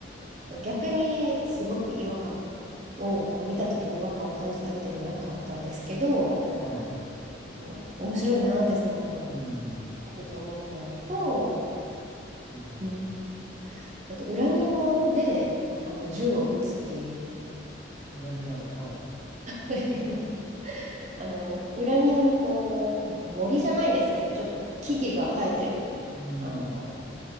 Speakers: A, on the right; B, on the left.
A: 逆にすごく違和感をこう見た時に違和感を感じたっていうのはなかったんですけど、
B: はい。
A: あの面白いなーってその
B: うん、
A: 見てて思ったのと、
B: うん。
A: うん、あと裏庭であの銃を撃つっていう
B: 裏庭で、はい。
A: <laughs> あの裏庭にこう森じゃないですけどちょっと木々が生えてるあの
B: うん、